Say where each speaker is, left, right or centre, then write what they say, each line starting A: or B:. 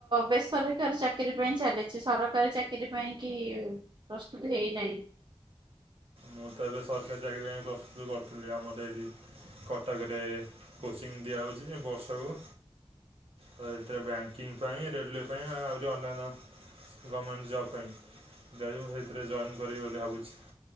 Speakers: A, on the right (about 45°); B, on the right (about 60°).
A: ବେସରକାରୀ ଚାକିରୀ ପାଇଁ ଚାଲିଛି ସରକାରୀ ଚାକିରୀ ପାଇଁ କି ପ୍ରସ୍ତୁତି ହେଇ ନାଇଁ।
B: ମୁଁ ତ ଏବେ ସରକାରୀ ଚାକିରି ପାଇଁ ପ୍ରସ୍ତୁତ୍ କରିଥିଲି ଆମର ଏଇ ଜି କଟକରେ। କୋଚିଂ ଦିଆହଉଛି ଯେ ବର୍ଷକୁ <unintelligible> ବ୍ୟାଙ୍କ କିଙ୍ଗ୍ ସମ୍ ପାଇଁ ରେଲୱେ ପାଇଁ ଆହୁରି ଅନ୍ୟାନ୍ୟ ଗମେଣ୍ଟ୍ ଜବ୍ ପାଇଁ <unintelligible> ସେଥିରେ ଜଏନ୍ କରିବି ବୋଲି ଭାବୁଛି।